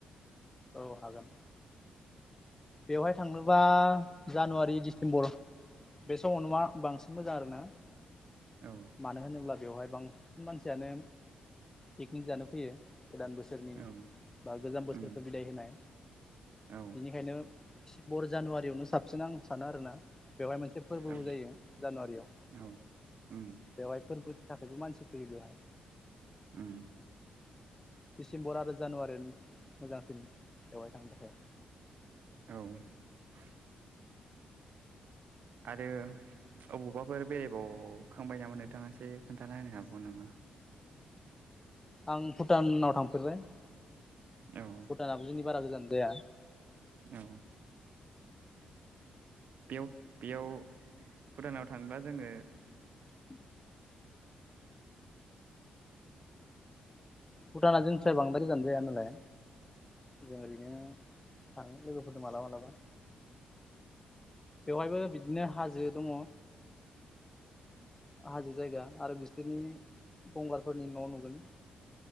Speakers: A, on the left; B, on the right.
A: औ हागोन। बेवहाय थांनोबा जानुवारि डिसेम्बर बे समावो मा बांसिन मोजां आरोना।
B: औ
A: मानो होनोब्ला बेवहाय बांसिन मानसियानो पिकनिक जानो फैयो गोदान बो बोसोरनि
B: औ
A: बा गोजाम बोसोरखौ
B: उम
A: बिदाय होनाय
B: औ
A: बिनिखायनो दिसिमबर जानुवारियावनो साबसिन आं सानो आरोना बेवहाय मोनसे फोरबोबो
B: औ
A: जायो जानुवारियाव।
B: औ उम
A: बेवहाय फोरबोनि थाखायबो मानसि फैयो बेवहाय।
B: ओम
A: दिडिसेम्बर आरो जानुवारि मोजांसिन बेवहाय थांनो थाखाय।
B: औ <inaudible> आरो अबावबाफोर बेरायबावखांबाय नामा नोंथाङा एसे खोन्थानानो हाबावगोन नामा?
A: आं भुटानाव थांफेरबाय।
B: औ
A: भुटानाबो जोंनि बारा गोजान जाया।
B: औ बेयाव बेयाव भुटानाव थांङोबा जोङो
A: <inaudible> भुटाना जोंनिसआ बांद्राय गोजान जाया नालाय। जों ओरैनो थाङो लोगोफोरजों मालाबा मालाबा बेवहायबो बिदिनो हाजो दङ हाजो जायगा आरो बिसोरनि गंगारफोरनि न' नुगोन।